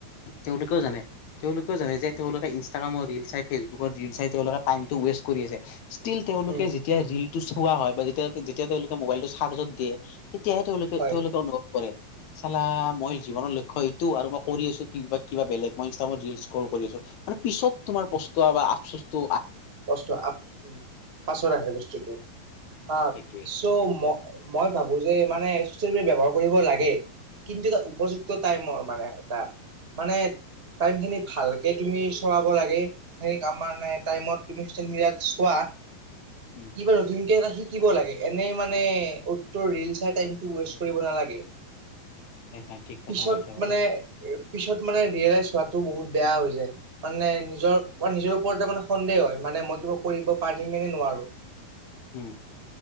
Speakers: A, on the left; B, on the right.
A: তেওঁলোকেও জানে তেওঁলোকেও জানে যে তেওঁলোকে ইনষ্টাগ্ৰামৰ ৰিলচ চাই ফেচবুক ত ৰিলচ চাই তেওঁলোকে টাইম টো ৱেষ্ট কৰি আছে ষ্টিল তেওঁলোকে
B: উম
A: যেতিয়া ৰিল চোৱা হয় বা যেতিয়া যেতিয়া তেওঁলোকে মোবাইলটো চাৰ্জত দিয়ে তেতিয়াহে তেওঁলোকে
B: হয়
A: তেওঁলোকে অনুভৱ কৰে চালা মই জীৱনৰ লক্ষ্য এইটো আৰু মই কৰি আছো ক কিবা বেলেগ মই ইনষ্ট্ৰাগামত ৰিলচ স্কল কৰি আছো মানে পিছত তোমাৰ পস্তবা আপচিচতো
B: কষ্ট আ পাছত আহে বস্তুটো অ
A: সেইটোৱে
B: চ ম মই ভাবো বো যে মানে চচিয়েল মিডিয়া ব্যৱহাৰ কৰিব লাগে কিন্তু এটা উপযুক্ত টাইমৰ মানে এটা মানে টাইমখিনি ভালকে তুমি চলাব লাগে এ তামানে টাইমত এতিয়া চচিয়েল মিডিয়াত চোৱা
A: উম
B: কিবা নতুনকে এটা শি কিব লাগে এনেই মানে উত ত'ত ৰিলচ চাই টাইম ৱেষ্ট কৰিব নালাগে।
A: হয় হয় ঠিক কথা
B: পিছত
A: কৈছা বাৰু
B: মানে পিছত মানে ৰিয়েলাইজ হোৱাটো বহুত বেয়া হৈ যায় মানে নিজৰ বা নিজৰ ওপৰতে মানে সন্দেহ হয় মানে মই কিবা কৰিব পাৰিম নে নোৱাৰো।
A: উম